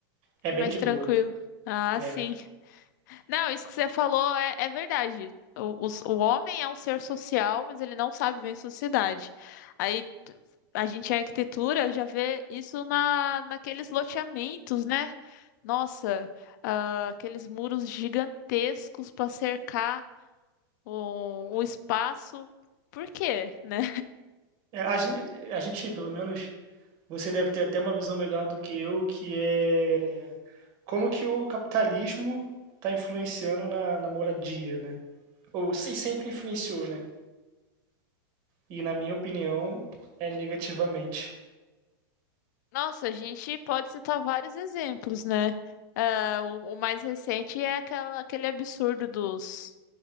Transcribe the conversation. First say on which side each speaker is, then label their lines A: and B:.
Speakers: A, on the right; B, on the left.
A: é
B: É
A: bem
B: mais
A: de
B: tranquilo.
A: boa.
B: Ah,
A: É.
B: sim. Não, isso que você falou é, é verdade. O, os- o homem é um ser social, mas ele não sabe viver em sociedade. Aí t- a gente em arquitetura já vê isso na, naqueles loteamentos, né? Nossa, ah, aqueles muros gigantescos para cercar o, o espaço. Por quê, né?
A: É, a gente, a gente, pelo menos, você deve ter até uma visão melhor do que eu, que é como que o capitalismo está influenciando na, na moradia, né? Ou sim, sempre influenciou, né? E na minha opinião, é negativamente.
B: Nossa, a gente pode citar vários exemplos, né? Ah, o, o mais recente é aquela, aquele absurdo dos